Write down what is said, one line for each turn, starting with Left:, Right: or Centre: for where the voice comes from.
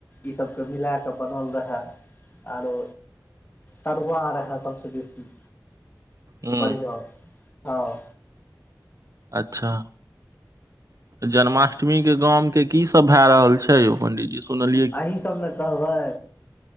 Left: ईसभके मिलाए कऽ बनल रहय आरो तरुआ रहै सबसे बेसी
Right: हूँ
Left: बढ़िआँ हँ
Right: अच्छा जन्माष्टमी के गाम के की सब भए रहल छै यौ पंडी जी सुनलियै
Left: अहीं सब ने कहबै